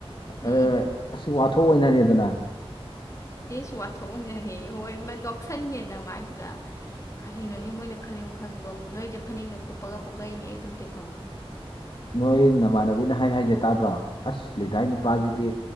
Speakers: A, on the left (about 30°); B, on the left (about 55°).
A: ꯎꯝ
B: ꯑꯗꯨꯅ ꯑꯁ ꯋꯥꯊꯣꯛ ꯑꯣꯏꯅꯔꯦꯗꯅ
A: ꯏꯁ ꯋꯥꯊꯣꯛ ꯑꯣꯏꯅꯔꯦꯌꯦ ꯍꯣꯏꯃꯥ ꯅꯣꯛꯁꯟꯒꯦ ꯅꯃꯥꯏꯗꯨꯗ ꯀꯔꯤꯅꯣꯅꯦ ꯃꯣꯏꯅ ꯈꯜꯂꯤ ꯋꯥꯈꯟꯖꯤꯕꯣ ꯅꯣꯏꯖꯦ ꯐꯅꯦꯛꯅ ꯀꯨꯞꯄꯒ ꯄꯣꯛꯂꯛꯏꯅꯦ ꯑꯗꯨꯃꯥꯗꯤ ꯈꯪꯉꯨ
B: ꯅꯣꯏ ꯅꯃꯥꯟꯅꯕꯤꯅ ꯍꯥꯏ ꯍꯥꯏꯖꯦ ꯇꯥꯗ꯭ꯔꯣ ꯑꯁ ꯂꯤꯟꯗꯥꯥꯏ ꯅꯨꯄꯥꯖꯤꯗꯤ
A: ꯎꯝ